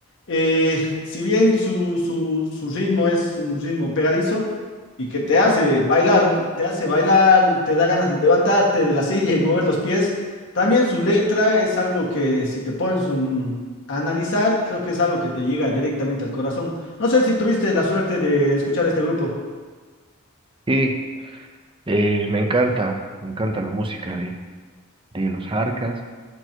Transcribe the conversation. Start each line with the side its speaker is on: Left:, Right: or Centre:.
Left: Eh, si bien su, su, su ritmo es un ritmo pegadizo y que te hace bailar, te hace bailar, te da ganas de levantarte de la silla y mover los pies, también su letra es algo que si te pones un- a analizar, creo que es algo que te llega directamente al corazón. No sé si tuviste la suerte de escuchar este grupo.
Right: Sí, eh, me encanta, me encanta la música de, de los Jarcas,